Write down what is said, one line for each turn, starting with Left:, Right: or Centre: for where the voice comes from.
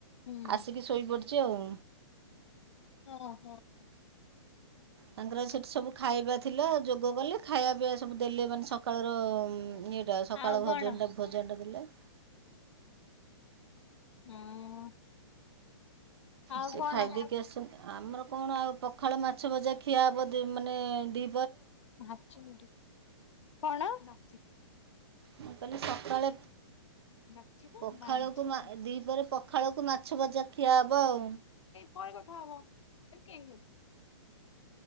Left: ହୁଁ।
Right: ଆସିକି ଶୋଇପଡ଼ିଛି ଆଉ।
Left: ହଁ ହଁ।
Right: ତାଙ୍କର ସେଠି ସବୁ ଖାଇବା ଥିଲା ଯୋଗ କଲେ ଖାଇବା ପିଇବା ସବୁ ଦେଲେ ମାନେ ସକାଳର ସକାଳ
Left: ଆଉ କଣ
Right: ଭୋଜନଟା ଭୋଜନଟା ଦେଲେ।
Left: ହୁଁ ଆଉ
Right: ସେ
Left: କଣ
Right: ଖାଇ ଦେଇକି ଆସିଛନ୍ତି ଆମର କଣ ଆଉ ପଖାଳ ମାଛ ବଜା ଖିଆ ହେବ ମାନେ ଦ
Left: ନାଚିବ କଣ ନା
Right: ମୁଁ କହିଲଲି ସକାଳେ
Left: ନାଚିବୁ
Right: ପଖାଳକୁ
Left: ତମେ ଯାଇ
Right: ମା ଦିପହରେ ପଖାଳକୁ ମାଛ ଭଜା ଖିଆ ହେବ ଆଉ
Left: ପରେ କଥା ହବ କେ